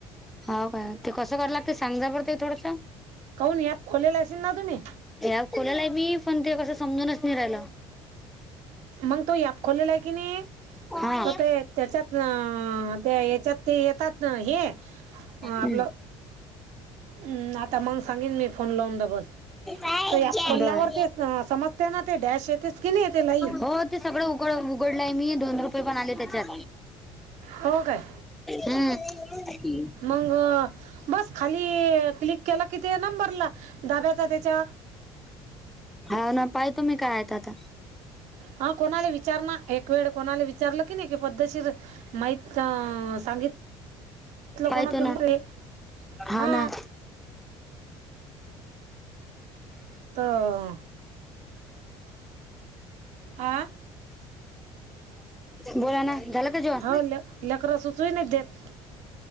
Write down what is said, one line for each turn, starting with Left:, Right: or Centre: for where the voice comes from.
Centre: हो काय ते कं करा लागते सांगा बर ते थोडसं
Right: काऊन खोलेल अशी न तुम्ही
Centre: या कोोलाला आहे मी पण ते कसं समजूनच नाही राहिला
Right: मग तो याप खोलेला आहे की नाही
Centre: हा
Right: तर ते त्याच्यात अ ते याच्यात ते येतात ना हे आपलं
Centre: हम्म
Right: अं, आता मग सांगेन मी फोन लावून डबल
Centre: काय
Right: तो ॲप खोलल्यावर
Centre: बर
Right: ते अं, समजते ना ते डॅश येतेच की नाही ते लाईन
Centre: हो ते सगळं उघड उघडलंय मी दोन रुपये पण आले त्याच्यात
Right: हो काय
Centre: हु़
Right: मग बस खाली क्लिक केला की ते नंबरला धाब्याचा त्याच्या
Centre: हा ना पाहि तुमी काय आ आता
Right: हा कोणाला विचार ना एक वेळ कोणाला विचार विचारलं की नाही पद्धतशीर माहित सांगित लोकांना
Centre: पाहतो
Right: कि
Centre: ना
Right: रे
Centre: हाव
Right: हा
Centre: ना
Right: तर आं
Centre: बोला ना झालं का जेवण
Right: हो ले लेकरं सुचवी नाही देत